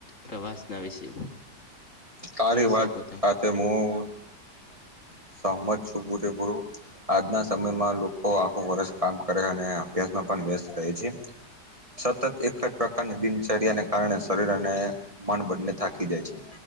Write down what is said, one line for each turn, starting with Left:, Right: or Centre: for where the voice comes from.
Left: પ્રવાસના વિશે
Right: તારી
Left: કહી
Right: વાત
Left: શકો તમે
Right: સાથે હું સમત બરેપૂ આદના સમયમાં લોકો આખું વર્ષ કામ કરે અને અભ્યાસમાં પણ વ્યસ્ત રહે છે સતત એક જ પ્રકારની દિનચર્યાને કારણે શરીર અને મન બંને થાકી જાય છે